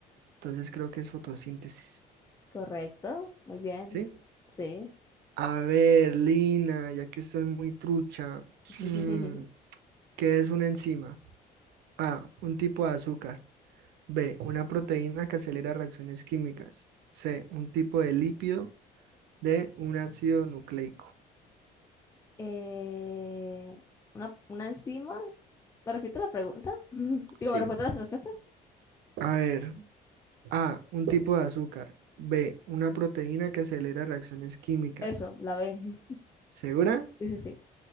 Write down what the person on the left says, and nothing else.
Correcto, muy bien.
Sí.
<laughs>
Eh, una, una enzima. ¿Me repite la pregunta? <laughs> Digo,
¿me repite las respuestas?
Eso, la B.
Sí, sí, sí.